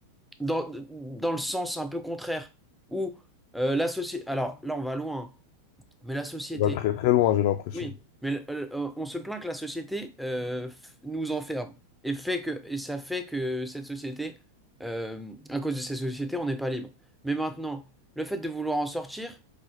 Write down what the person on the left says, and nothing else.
On va très très loin, j'ai l'impression.